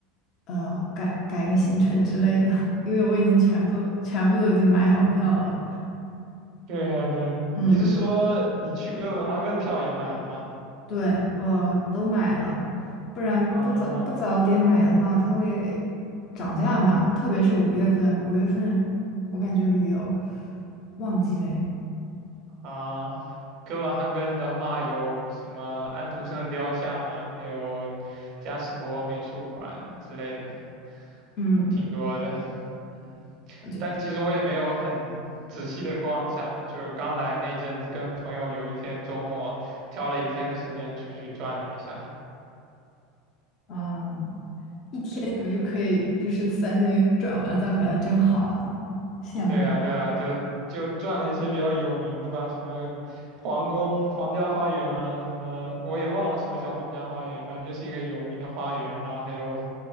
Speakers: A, on the left; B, on the right.
A: 呃，改改个行程之类的，<laughs> 因为我已经全部全部都已经买好票了。
B: 对呀，对呀，
A: 嗯，
B: 你是说你去哥本哈根的票也买了吗？
A: 对，我都买了，不然不早不早点买的话，
B: 啊
A: 它会涨价嘛。特别是五月份，五月份我感觉旅游旺季嘞，
B: 啊，哥本哈根的话有什么安徒生的雕像啊，还有加斯伯美术馆之类的，
A: 嗯，
B: 还挺多的。嗯，
A: 我就
B: 但其实我也没有很仔细的逛一下吧，就是刚来那阵子，跟朋友有一天周末挑了一天的时间出去转了一下。
A: 啊，一天你们就可以就是在那边转完了再回来，
B: 对
A: 真好啊，羡慕。
B: 对啊，对啊，就就转了一些比较有名的吧，什么皇宫、皇家花园啊，什么我也忘了是不是叫皇家花园，反正就是一个有名的花园，然后还有